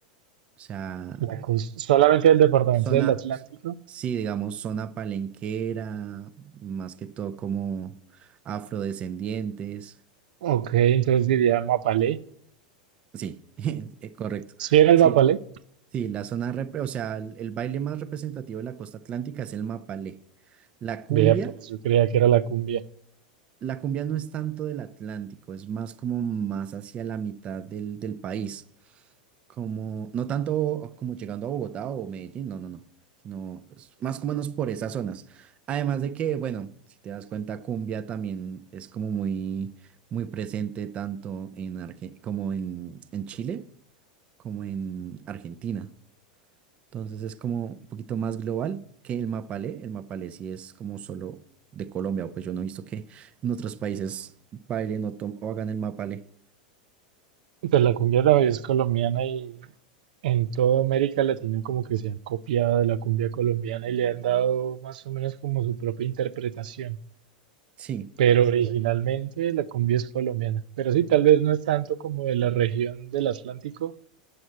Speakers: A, on the right; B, on the right.
A: O sea,
B: la cos- solamente del departamento
A: zona,
B: del Atlántico.
A: sí, digamos, zona palenquera, más que todo como afrodescendientes.
B: Ok, entonces diría mapalé.
A: Sí, <laughs> eh, correcto.
B: ¿Sí era
A: Sí,
B: el mapalé?
A: sí, la zona, repre- o sea, el, el baile más representativo de la costa atlántica es el mapalé. La cumbia.
B: Vea, pues yo creía que era la cumbia.
A: La cumbia no es tanto del Atlántico, es más como más hacia la mitad del, del país, como no tanto como llegando a Bogotá o Medellín, no, no, no, sino es más o menos por esas zonas. Además de que, bueno, si te das cuenta, cumbia también es como muy, muy presente tanto en Arge- como en, en Chile como en Argentina. Entonces es como un poquito más global que el Mapale. El Mapale sí es como solo de Colombia, pues yo no he visto que en otros países bailen o, tom- o hagan el Mapale.
B: Pues la cumbia también es colombiana y en toda América Latina como que se han copiado de la cumbia colombiana y le han dado más o menos como su propia interpretación.
A: Sí,
B: Pero
A: correcto.
B: originalmente la cumbia es colombiana. Pero sí, tal vez no es tanto como de la región del Atlántico,